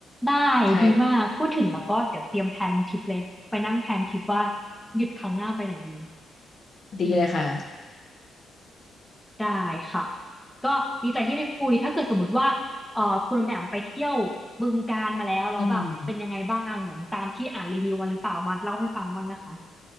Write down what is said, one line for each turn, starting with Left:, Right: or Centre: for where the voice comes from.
Centre: ได้ดีมากพูดถึงแล้วก็เดี๋ยวเตรียมแพลนทริปเลยไปนั่งแพลนทริปว่า
Left: ใช่
Centre: หยุดครั้งหน้าไปไหนดี
Left: ดีเลยค่ะ
Centre: อืมได้ค่ะก็ดีใจที่ได้คุยถ้าเกิดสมมติว่าเอ่อคุณอมแอมไปเที่ยวบึงกาฬมาแล้วแล้วแบบเป็นยังไงบ้างเหมือนตามที่อ่านรีวิวมาหรือเปล่ามาเล่าให้ฟังบ้างนะคะ
Left: อืม